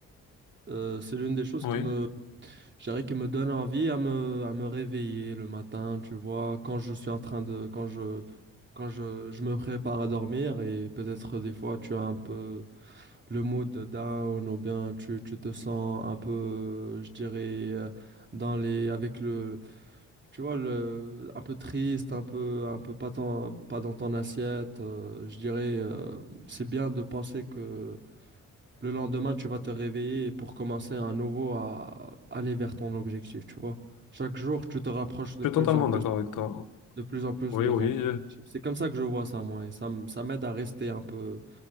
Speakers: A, on the right; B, on the left.
A: Euh, c'est l'une des choses
B: Oui,
A: qui me, je dirais, qui me donne envie à me, à me réveiller le matin, tu vois, quand je suis en train de, quand je, quand je, je me prépare à dormir et peut-être des fois tu as un peu le mood down ou bien tu, tu te sens un peu, je dirais, euh, dans les, avec le, tu vois, le, un peu triste, un peu, un peu pas, tant- pas dans ton assiette. euh, je dirais, euh, c'est bien de penser que le lendemain, tu vas te réveiller pour commencer à nouveau à aller vers ton objectif, tu vois. Chaque jour, tu te rapproches de
B: je
A: plus
B: suis totalement
A: en plus,
B: d'accord avec toi.
A: de plus en plus
B: Oui,
A: de
B: oui.
A: ton objectif.
B: euh,
A: C'est comme ça que je vois ça, moi, et ça, m- ça m'aide à rester un peu,